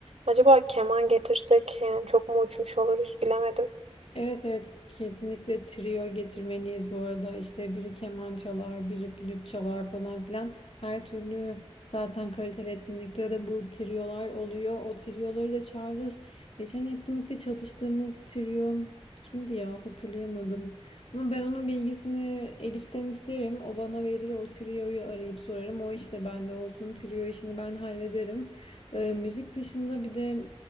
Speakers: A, on the right; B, on the left.
A: Acaba keman getirsek yani çok mu uçmuş oluruz bilemedim.
B: Evet evet kesinlikle trio getirmeliyiz bu arada işte biri keman çalar biri flüt çalar falan filan her türlü zaten kaliteli etkinlikte de bu triolar oluyor o trioları da çağırırız. Geçen etkinlikte çalıştığımız trio kimdi ya hatırlayamadım ama ben onun bilgisini Elif'ten isterim o bana verir o trioyu arayıp sorarım o işte bende olsun trio işini ben hallederim. Ee, müzik dışında bir de